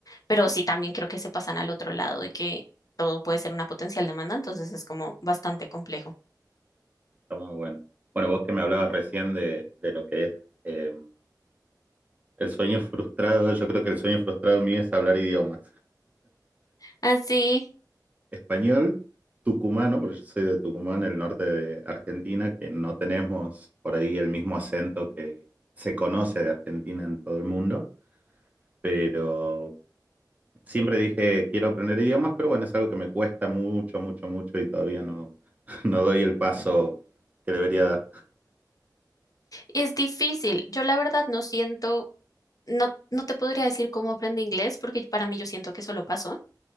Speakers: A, on the left; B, on the right.
A: pero sí también creo que se pasan al otro lado de que todo puede ser una potencial demanda, entonces es como bastante complejo.
B: Está muy bueno. Bueno, vos que me hablabas recién de, de lo que es eh, el sueño frustrado, yo creo que el sueño frustrado mío es hablar idiomas.
A: Así,
B: Español, tucumano, porque yo soy de Tucumán, el norte de Argentina, que no tenemos por ahí el mismo acento que se conoce de Argentina en todo el mundo, pero siempre dije quiero aprender idiomas, pero bueno, es algo que me cuesta mucho, mucho, mucho y todavía no, <laughs> no doy el paso que debería dar.
A: es difícil. Yo la verdad no siento, no, no te podría decir cómo aprendí inglés, porque para mí yo siento que solo pasó.